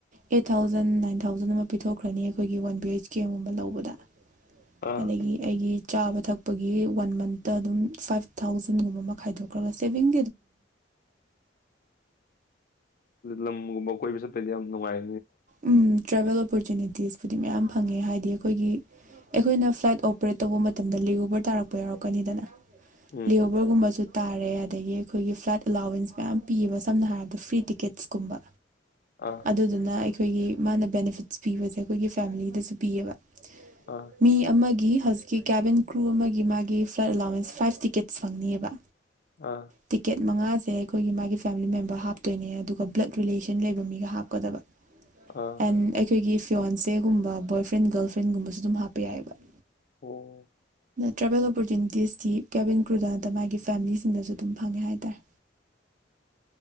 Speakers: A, on the right; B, on the left.
A: ꯑꯩꯠ ꯊꯥꯎꯖꯟ ꯅꯥꯏꯟ ꯊꯥꯎꯖꯟ ꯑꯃ ꯄꯤꯊꯣꯛꯈ꯭ꯔꯅꯤ ꯑꯩꯈꯣꯏꯒꯤ ꯋꯥꯟ ꯕꯤ ꯑꯩꯩꯆ ꯀꯦꯝ ꯑꯃꯒꯨꯝꯕ ꯂꯧꯕꯗ
B: ꯑꯥ
A: ꯑꯗꯒꯤ ꯑꯩꯒꯤ ꯆꯥꯕ ꯊꯛꯄꯒꯤ ꯋꯥꯟ ꯃꯟꯇ ꯑꯗꯨꯝ ꯐꯥꯏꯚ ꯊꯥꯎꯖꯟꯒꯨꯝꯕ ꯑꯃ ꯈꯥꯏꯗꯣꯛꯈ꯭ꯔꯒ ꯁꯦꯚꯤꯡ
B: ꯂꯝꯒꯨꯝꯕ ꯀꯣꯏꯕ ꯆꯠꯄꯩꯗꯤ ꯌꯥꯝ ꯅꯨꯡꯉꯥꯏ
A: ꯎꯝ ꯇ꯭ꯔꯦꯕꯦꯜ ꯑꯣꯄꯣꯔꯆꯨꯅꯤꯇꯤꯁꯄꯨꯗꯤ ꯃꯌꯥꯝ ꯐꯪꯉꯦ ꯍꯥꯏꯗꯤ ꯑꯩꯈꯣꯏꯒꯤ ꯑꯩꯈꯣꯏꯅ ꯐ꯭ꯂꯥꯏꯠ ꯑꯣꯄꯔꯦꯠ ꯇꯧꯕ ꯃꯇꯝꯗ ꯂꯦꯒꯣꯕꯔ ꯇꯥꯔꯛꯄ ꯌꯥꯎꯔꯛꯀꯅꯤꯗꯅ
B: ꯎꯝ
A: ꯂꯤꯑꯣꯕꯔꯒꯨꯝꯕꯁꯤ ꯇꯥꯔꯦ ꯑꯗꯒꯤ ꯑꯩꯈꯣꯏꯒꯤ ꯐ꯭ꯂꯥꯏꯠ ꯑꯦꯂꯥꯎꯋꯦꯟꯁ ꯃꯌꯥꯝ ꯄꯤꯌꯦꯕ ꯁꯝꯅ ꯍꯥꯏꯔꯕꯗ ꯐ꯭ꯔꯤ ꯇꯤꯀꯦꯠꯁꯀꯨꯝꯕ
B: ꯑꯥ
A: ꯑꯗꯨꯗꯨꯅ ꯑꯩꯈꯣꯏꯒꯤ ꯃꯥꯅ ꯕꯦꯅꯤꯐꯤꯠꯁ ꯄꯤꯕꯁꯦ ꯑꯩꯈꯣꯏꯒꯤ ꯐꯦꯃꯤꯂꯤꯗꯁꯨ ꯄꯤꯌꯦꯕ
B: ꯑꯥ
A: ꯃꯤ ꯑꯃꯒꯤ ꯍꯧꯖꯤꯛꯀꯤ ꯀꯦꯕꯤꯟ ꯀ꯭ꯔꯨ ꯑꯃꯒꯤ ꯃꯥꯒꯤ ꯐ꯭ꯂꯥꯏꯠ ꯑꯦꯂꯥꯎꯋꯦꯟꯁ ꯐꯥꯏꯞ ꯇꯤꯀꯦꯠꯁ ꯐꯪꯅꯤꯑꯕ
B: ꯑꯥ
A: ꯇꯤꯀꯦꯠ ꯃꯉꯥ ꯁꯦ ꯑꯩꯈꯣꯏꯒꯤ ꯃꯥꯒꯤ ꯐꯦꯃꯤꯂꯤ ꯃꯦꯝꯕꯔ ꯍꯥꯞꯇꯣꯏꯅꯦ ꯑꯗꯨꯒ ꯕ꯭ꯂꯗ ꯔꯤꯂꯦꯁꯟ ꯂꯩꯕ ꯃꯤꯒ ꯍꯥꯞꯀꯗꯕ
B: ꯑꯥ
A: ꯑꯦꯟ ꯑꯩꯈꯣꯏꯒꯤ ꯐꯤꯋꯥꯟꯁꯦꯒꯨꯝꯕ ꯕꯣꯏ ꯐ꯭ꯔꯦꯟ ꯒꯔꯜ ꯐ꯭ꯔꯦꯟꯒꯨꯝꯕꯁꯨ ꯑꯗꯨꯝ ꯍꯥꯞꯄ ꯌꯥꯏꯑꯕ
B: ꯑꯣ
A: ꯇ꯭ꯔꯦꯚꯦꯜ ꯑꯣꯄꯣꯔꯆꯨꯅꯤꯇꯤꯁꯇꯤ ꯀꯦꯕꯤꯟ ꯀ꯭ꯔꯨꯗ ꯅꯠꯇ ꯃꯥꯒꯤ ꯐꯦꯃꯤꯂꯤꯁꯤꯡꯗꯁꯨ ꯑꯗꯨꯝ ꯐꯪꯉꯦ ꯍꯥꯏꯇꯥꯔꯦ